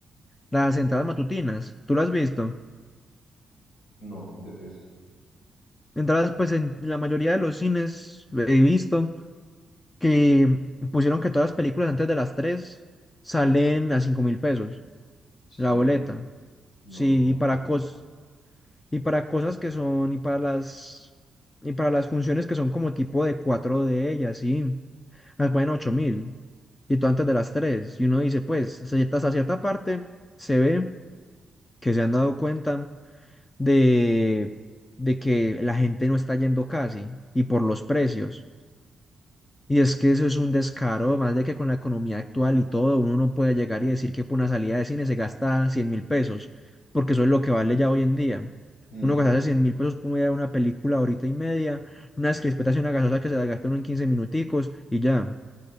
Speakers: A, on the left (about 15°); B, on the left (about 85°).
A: las entradas matutinas. ¿Tú lo has visto?
B: No, ¿de qué es?
A: Entradas, pues, en la mayoría de los cines eh, he visto. que pusieron que todas las películas antes de las 3 salen a cinco mil pesos
B: Sí.
A: la boleta.
B: No,
A: Sí,
B: no sabía.
A: y para cos y para cosas que son, y para las y para las funciones que son como tipo de cuatro de ellas, sí, las ponen ocho mil. Y todo antes de las tres Y uno dice, pues, hasta cierta, hasta cierta parte se ve que se han dado cuenta de, de que la gente no está yendo casi y por los precios. Y es que eso es un descaro, además de que con la economía actual y todo, uno no puede llegar y decir que por una salida de cine se gasta cien mil pesos, porque eso es lo que vale ya hoy en día.
B: Mm,
A: Uno gastarse cien mil pesos por una una película horita y media, unas crispetas y una gaseosa que se la gasta uno en quince minuticos y ya.